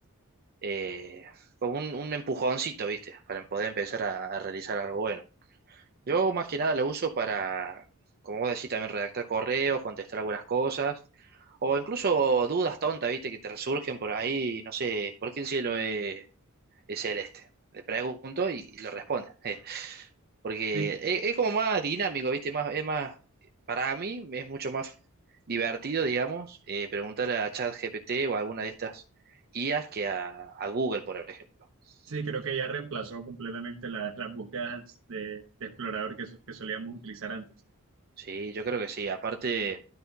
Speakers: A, on the right; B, on the right.
A: eh, como un, un empujoncito, ¿viste? Para poder empezar a, a realizar algo bueno. Yo más que nada lo uso para, como vos decís, también redactar correos, contestar algunas cosas, o incluso dudas tontas, ¿viste? Que te resurgen por ahí, no sé, ¿por qué el cielo es es el este Le pregunto y lo responde. eh, Porque
B: Sí,
A: es, es como más dinámico, ¿viste? Más, es más, para mí es mucho más divertido, digamos, eh, preguntar a ChatGPT o a alguna de estas IAs que a, a Google, por ejemplo.
B: sí, creo que ya
A: Porque-
B: reemplazó completamente la- las búsquedas de, de explorador que, so- que solíamos utilizar antes.
A: Sí, yo creo que sí. Aparte,